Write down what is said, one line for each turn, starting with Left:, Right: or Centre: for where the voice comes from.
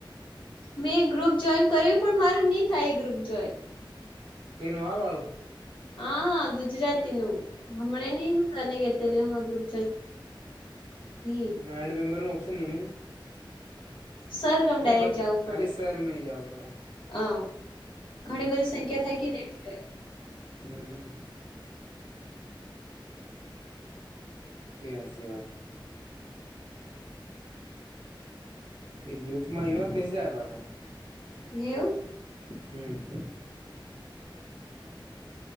Left: મેં ગ્રુપ જોઈન કર્યું પણ મારે નહી થાય એ ગ્રુપ જોઈન
Right: <unintelligible>
Left: હ હા ગુજરાતી નું હમણાં નની હુંતારને કેલી હ ગ્રુપ <unintelligible>
Right: હ એડ મેમ્રનું ઓપ્ન નિનીમે ને.
Left: સર ગમ
Right: એટલે
Left: ડાયરેક્ટ
Right: બ
Left: જવું પડે,
Right: ખાલી શહેર માં જવું પડે
Left: હ. ઘણી બધી સંખ્યા થઈ ગઈ ને એટલે.
Right: હમ્મ. બેસી વાત ગ્રુપમાં એમાં જ મેસેજ આપ્યા છે.
Left: એવું?
Right: હમ્મ.